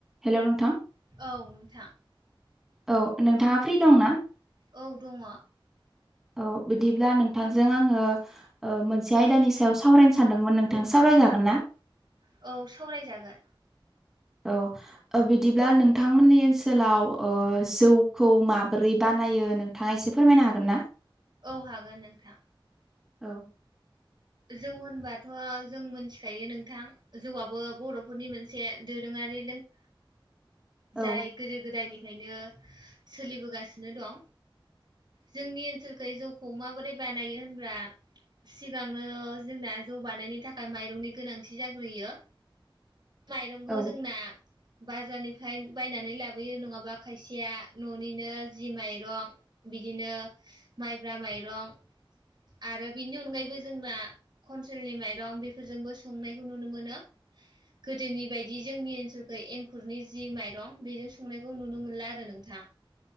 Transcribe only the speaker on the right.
औ नोंथां
औ दङ
औ सावरायजागोन
औ हागोन नोंथां
जौ होनबाथ' जों मिथिखायो नोंथां जौआआबो बर'फोरनि मोनसे दोरोङा रि
जाय गोदो गोदायनि फ्रायनो सोलिबोगासिनो दं जोंनि ओनसोलखै जौखौ माबोरै बानायो होनब्रा सिगां जोंना जौ बानायनो थाखाय माइरंनि गोनांथि जाग्रोयो माइरंखौ
जोंना बाजारनिफ्राय बायनानै लाबोयो नङाबा खायसेया न'निनो जि माइरं बिदिनो माइब्रा माइरं आरो बिनि अनगायैबो जोंना खनसे्रेलनि माइरं बेफोरजोंबो संनायखौ नुनो मोनो। गोदोनि बायदि जोंनि ओनसोलखौ एंखुरनि जि माइरं बेजों संनायखौ नुनो मोनला आरो नों थां